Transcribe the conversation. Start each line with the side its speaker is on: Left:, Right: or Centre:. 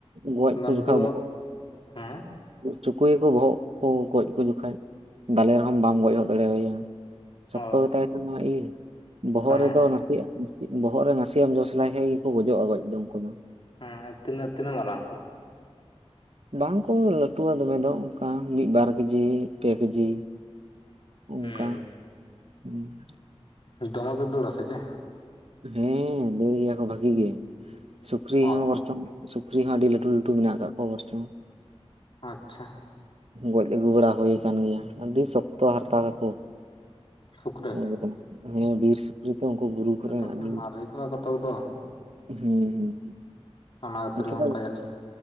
Right: ᱜᱚᱡ
Left: ᱟᱫᱚ
Right: ᱠᱚ
Left: ᱩᱱᱠᱩ
Right: ᱡᱚᱠᱷᱚᱱ
Left: ᱫᱚ
Right: ᱵᱚᱦᱚᱜ
Left: ᱦᱮᱸ
Right: ᱪᱩᱠᱩᱭ ᱭᱟᱠᱚ ᱵᱚᱦᱚᱜ ᱠᱚ ᱜᱚᱡ ᱡᱚᱠᱷᱟᱱ ᱫᱟᱞᱮ ᱨᱮᱦᱚᱢ ᱵᱟᱢ ᱜᱚᱡ ᱦᱚᱫ ᱫᱟᱲᱮᱣᱭᱟ ᱾ ᱥᱚᱠᱛᱚ
Left: ᱚ
Right: ᱜᱮᱛᱟᱭ ᱠᱷᱟᱱ ᱤᱧ ᱵᱚᱦᱚᱜ
Left: ᱦᱮᱸ
Right: ᱨᱮᱫᱚ
Left: ᱦᱮᱸ
Right: ᱱᱟᱥᱮᱭᱟᱜ ᱵᱚᱦᱚᱜ ᱨᱮ ᱱᱟᱥᱮᱭᱟᱜ ᱮᱢ ᱡᱚᱥ ᱞᱮᱠᱷᱟᱡ ᱜᱮᱠᱚ ᱜᱚᱡᱚᱜ-ᱟ ᱜᱚᱡ ᱫᱚ ᱩᱱᱠᱩ ᱫᱚ ᱾
Left: ᱦᱮᱸ ᱛᱤᱱᱟᱹᱜ ᱛᱤᱱᱟᱹᱜ ᱛᱤᱱᱟᱹᱜ ᱢᱟᱨᱟᱝ ᱟᱠᱚ?
Right: ᱵᱟᱝᱠᱚ ᱞᱟᱹᱴᱩᱣᱟ ᱫᱚᱢᱮ ᱫᱚ ᱚᱱᱠᱟ ᱢᱤᱫ ᱵᱟᱨ ᱠᱮᱡᱤ ᱯᱮ ᱠᱮᱡᱤ, ᱚᱝᱠᱟ
Left: ᱦᱩᱸ
Right: ᱦᱩᱸ ᱾
Left: ᱫᱚᱢᱮ ᱠᱚ ᱫᱟᱹᱲ ᱟᱥᱮ ᱪᱮᱫ?
Right: ᱦᱮᱸ ᱫᱟᱹᱲ ᱜᱮᱭᱟ ᱠᱚ ᱵᱷᱟᱹᱜᱤ ᱜᱮ ᱥᱩᱠᱨᱤ
Left: ᱚ
Right: ᱦᱚᱸ ᱵᱚᱨᱪᱚᱢ ᱥᱩᱠᱨᱤ ᱦᱚᱸ ᱟᱹᱰᱤ ᱞᱟᱹᱴᱩ ᱞᱟᱹᱴᱩ ᱢᱮᱱᱟᱜ ᱟᱠᱟᱫ ᱠᱚᱣᱟ ᱵᱚᱨᱪᱚᱝ,
Left: ᱟᱪᱪᱷᱟ ᱾
Right: ᱜᱚᱡ ᱟᱹᱜᱩ ᱵᱟᱲᱟ ᱦᱩᱭ ᱟᱠᱟᱱ ᱜᱮᱭᱟ ᱟᱹᱰᱤ ᱥᱚᱠᱛᱚ ᱦᱟᱨᱛᱟ ᱛᱟᱠᱚ ᱾
Left: ᱥᱩᱠᱨᱤ
Right: ᱮᱠᱫᱚᱢ ᱦᱮᱸ ᱵᱤᱨ ᱥᱩᱠᱨᱤ ᱛᱚ ᱩᱱᱠᱩ ᱵᱩᱨᱩ ᱠᱚᱨᱮ
Left: ᱟᱫᱚ ᱠᱚ
Right: ᱟᱹᱰᱤ
Left: ᱢᱟᱨᱮ ᱠᱚᱜ-ᱟ ᱠᱚᱛᱚᱠ ᱫᱚ ᱾
Right: ᱦᱩᱸ ᱦᱩᱸ
Left: ᱚᱱᱟ ᱠᱷᱟᱹᱛᱤᱨ
Right: ᱚᱱᱛᱮ
Left: ᱜᱮ
Right: ᱫᱚ
Left: ᱚᱱᱠᱟ ᱡᱟᱹᱱᱤᱡ